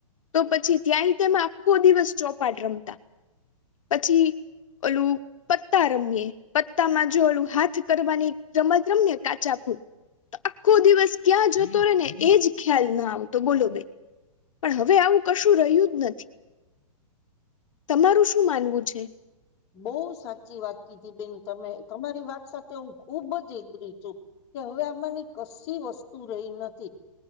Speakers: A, on the left; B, on the left.
A: તો પછી ત્યાંય તેમાં આખો દિવસ ચોપાટ રમતા પછી ઓલું પત્તા રમીએે પત્તામાં જો ઓલું હાથ કરવાની રમત રમી કાચા ફૂલ આખો દિવસ ક્યાં જતો રે ને એજ ખ્યાલ ના આવતો બોલો બેન પણ હવે આવું કશું રહ્યું જ નથી તમારું શું માનવું છે.
B: બોવ સાચી વાત કીધી બેન તમે તમારી વાત સાથે હું ખુબ જ એગરી છું કે હવે આમાંની કશી વસ્તુ રહી નથી